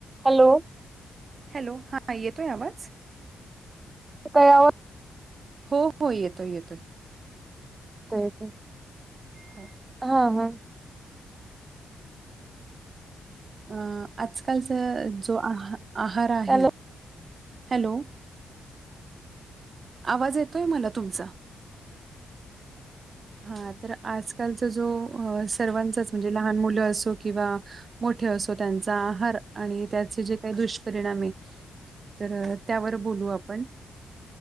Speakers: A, on the right (about 20°); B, on the right (about 40°).
A: Hello.
B: Hello. हा येतोय आवाज?
A: तयावर
B: हो हो. येतोय येतोय.
A: का येतोय.
B: हो.
A: हा हा.
B: अं आजकालचा जो आ आहार आहे-
A: हॅलो
B: हॅलो. आवाज येतोय मला तुमचा. हा तर आजकालचा जो- सर्वांचाच म्हणजे लहान मुल असो किंवा मोठे असो. त्यांचा आहार आणि त्याचे जे काही- दुष्परिणामये तर त्यावर बोलू आपण.